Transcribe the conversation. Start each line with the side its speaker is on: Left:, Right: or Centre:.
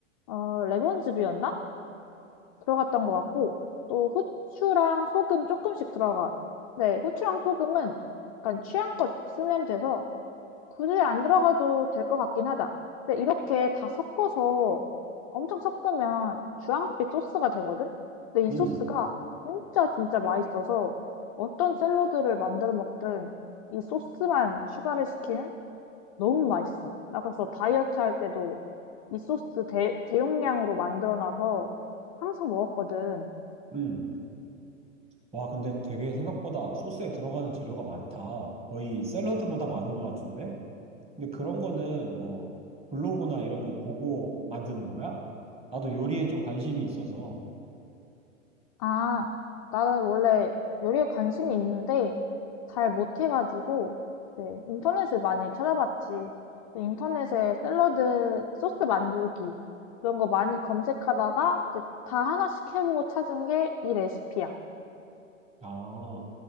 Left: 어, 레몬즙이었나? 들어갔던 것 같고 또 후추랑 소금 조금씩 들어가. 네, 후추랑 소금은 약간 취향껏 쓰면 돼서 굳이 안 들어가도 될 것 같긴 하다. 근데 이렇게 다 섞어서 엄청 섞으면 주황빛 소스가 되거든? 근데 이
Right: 음,
Left: 소스가 진짜 진짜 맛있어서 어떤 샐러드를 만들어 먹든 이 소스만 추가를 시키면 너무 맛있어. 나 그래서 다이어트 할 때도 이 소스 대, 대용량으로 만들어 놔서 항상 먹었거든.
Right: 음. 와, 근데 되게 생각보다 소스에 들어가는 재료가 많다. 거의 샐러드보다 많은 것 같은데? 근데 그런 거는 뭐 블로그나 이런 거 보고 만드는 거야? 나도 요리에 좀 관심이 있어서.
Left: 아, 나는 원래 요리에 관심이 있는데 잘 못해가지고 네, 인터넷을 많이 찾아봤지. 인터넷에 샐러드 소스 만들기 이런 거 많이 검색하다가 이제 다 하나씩 해보고 찾은 게 이 레시피야.
Right: 아,